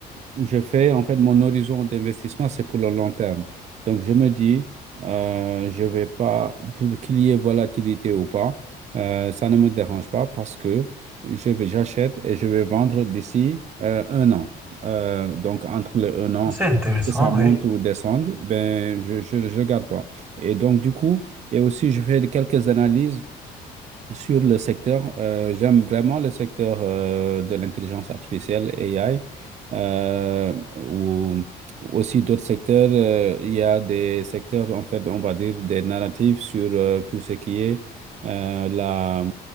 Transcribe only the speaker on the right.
je fais en fait mon horizon d'investissement, c'est pour le long terme. Donc je me dis, euh, je vais pas, pour qu'il y ait volatilité ou pas, euh, ça ne me dérange pas parce que je vais, j'achète et je vais vendre d'ici euh, un an. Euh, donc entre les un an,
que ça monte
ou descende, ben je, je, je garde pas. Et donc du coup, et aussi je fais quelques analyses. Sur le secteur, euh, j'aime vraiment le secteur euh, de l'intelligence artificielle, AI, euh, ou aussi d'autres secteurs. euh, il y a des secteurs, en fait, on va dire des narratifs sur euh, tout ce qui est euh, la,